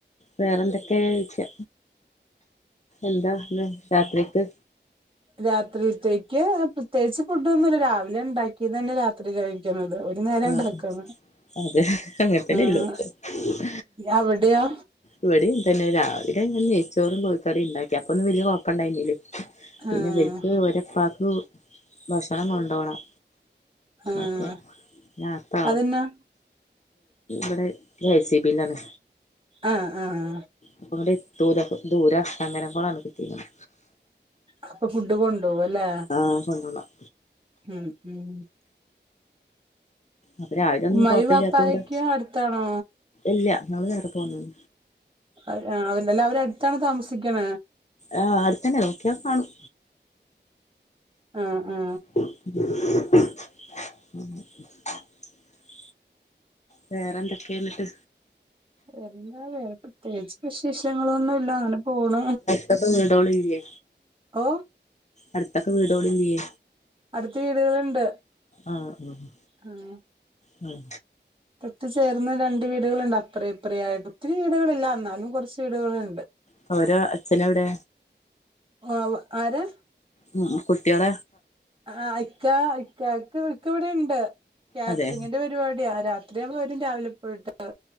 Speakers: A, on the left; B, on the right.
A: വേറെന്തൊക്കെ ച്ച എന്താ ഇന്ന് രാത്രിക്ക്
B: രാത്രിത്തേക്ക് പ്രത്യേകിച്ച് ഫുഡൊ ഒന്നുല്ല രാവിലെ ഉണ്ടാക്കിയ തന്നെ രാത്രി കഴി ന്നത് ഒരു നേരം ഉണ്ടാക്കാണ്
A: ആഹ് അതെ അങ്ങനത്തന്നെല്ലോ
B: ആഹ്
A: ട്ത്തും
B: അവിടെയോ
A: ഇവിടെ തന്നെ രാവിലെ നെയ്ച്ചോറും കോഴിക്കറിം ഇണ്ടാക്കി അപ്പൊന്ന് വലിയ കുഴപ്പണ്ടായിനല്ലേ പിന്നെ
B: ആഹ്
A: ഇവര്ക്ക് ഒരപ്പാക്ക് ഭക്ഷണം കൊണ്ടപോണം
B: ആഹ്
A: അപ്പൊ ഞാത്ത
B: അതന്നെ
A: ഇടെ കെസി ബിലാണ്
B: ആഹ് ആഹ്
A: അപ്പൊ ഇങ്ങ എത്തൂല ദൂര ചെങ്കര കൊളാണ് കിട്ടയിന്നത്
B: അപ്പൊ ഫുഡ് കൊണ്ട വല്ലേ
A: ആഹ് സന്നോളാം
B: ഉം ഉം
A: അപ്പ ആരൊന്നും
B: ഉമ്മായും
A: കൊഴപ്പില്ലാത്തോണ്ട്
B: വാപ്പായ്ക്കും അടുത്താണോ
A: ഇല്ല നമ്മള് വേറെ പോന്നത്
B: ല്ലല്ല അവര് അടുത്താണ് താമസിക്കണ
A: ആ അടുത്ത തന്നെ നോക്കിയാ കാണും
B: ആഹ് ആഹ്
A: ഉ വേറെ എന്തൊക്കെയന്നിട്ട്
B: എന്താ വേറെ പ്രത്യേകിച്ച് വിശേഷങ്ങളൊന്നുല്ല അങ്ങനെ പോണ
A: ഇ നീടോളില്ലേ
B: ഓ
A: അടുത്തൊക്കെ വീടുകളോളില്ലയേ
B: അടുത്ത വീടുകളുണ്ട്
A: ആഹ് ആഹ്
B: ആങ്ങനെ
A: ഉം
B: തൊട്ടു ചേർന്ന് രണ്ട് വീടുകളുണ്ട് അപ്പ്ര ഇപ്ര ആയിട്ട് ഒത്തിരി വീടുകളില്ല എന്നാലും കുറച്ച് വീടുകളുണ്ട്
A: പ്പ അവരോ അച്ഛന എവിടെ
B: ആ ആര്
A: ഉം കുട്ടിയോള
B: ആ ഐക്ക അക്കക്ക് ഇക്ക ഇവിടെുണ്ട് കാറ്ററിങ്ങിന്റെ
A: അതെ
B: പരിപാടിയാ രാത്രി എത്രയാ പേരും രാവിലെ പോയിട്ട്